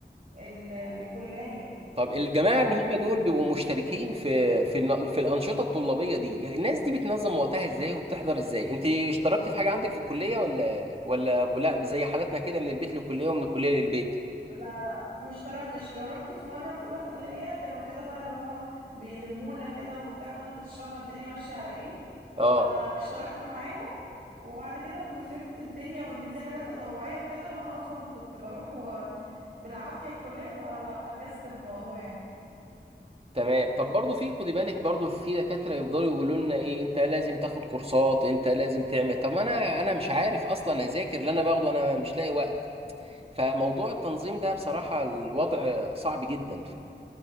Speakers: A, on the right; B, on the right.
A: ال... للكلية
B: طب الجماعة
A: ف
B: اللي هم دول بيبقوا مشتركين في في الن- في الأنشطة الطلابية دي الناس دي بتنظم وقتها ازاي وبتحضر ازاي انت اشتركت في حاجة عندك في الكلية ولا ولا لا زي حالتنا كده من البيت للكلية ومن الكلية للبيت
A: لا لا مش تركتش جربت في مرة في اولى كلية كانوا كده بقى اللي هم بيلمونا كده وبتاع وانا ما كنتش فاهمة الدنيا ماشية على ايه
B: اه
A: فاشتركت معاهم وبعد كده لما فهمت الدنيا وان دي حاجات تطوعية وكده وانا اصلا كنت بروح و... بالعافية الكلية فلا فكست من الموضوع يعني
B: تمام طب برضو في خدي بالك برضو في دكاترة يفضلوا يقولوا لنا ايه انت لازم تاخد كورسات انت لازم تعمل طب ما انا انا مش عارف اصلا اذاكر اللي انا باخده انا مش لاقي وقت فموضوع التنظيم ده بصراحة الوضع صعب جدا